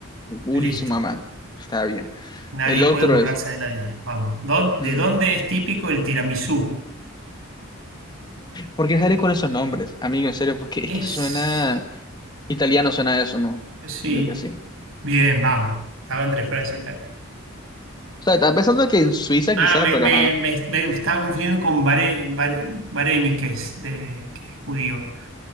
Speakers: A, on the left; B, on the right.
A: El bully
B: listo.
A: y su mamá. Está bien.
B: Nadie
A: El otro
B: puede burlarse
A: es...
B: de nadie. Vamos. ¿Dón-
A: mm,
B: ¿De dónde es típico el tiramisú?
A: ¿Por qué sales con esos nombres? Amigo, en serio, porque es
B: Es...
A: que suena... Italiano suena eso, ¿no?
B: Sí.
A: De que sí.
B: Bien, vamos. Estaba entre Francia y Italia.
A: O sea, estaba pensando que en Suiza quizás,
B: Ah, me,
A: pero
B: me-
A: ajá.
B: me- me estaba confundiendo con Bare, Bare- Vareniques, de, que es judío.